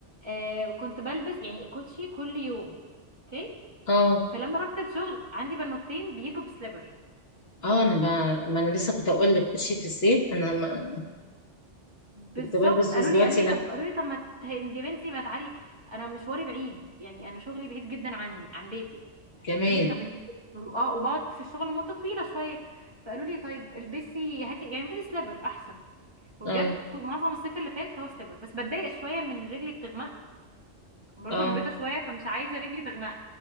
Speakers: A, on the right (about 20°); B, on the left (about 60°).
A: آه كنت بلبس يعني كوتشي كل يوم اوكي
B: اه
A: فلما رحت الشغل عندي بنوتين بيجوا بسليبر
B: اه انا بقى ما انا لسه كنت اقول لك كوتشي في الصيف انا ما
A: بالظبط
B: كنت بلبس
A: قالوا
B: بس دلوقتي
A: لي قالوا لي
B: لا
A: طب قالوا لي طب ما ت- انت يا بنتي ما تعالي انا مشواري بعيد يعني انا شغلي بعيد جدا عن عن بيتي
B: كمان
A: قالوا لي طب انت بت- اه وبقعد في الشغل مده طويله شويه فقالوا لي طيب البسي هاتي يعني البسي سليبر احسن وبجد
B: اه
A: طو- معظم الصيف اللي فات هو سليبر بس بتضايق شويه من إن رجلي بتغمق برضه
B: اه
A: انا بيضه شويه فمش عايزه رجلي تغمق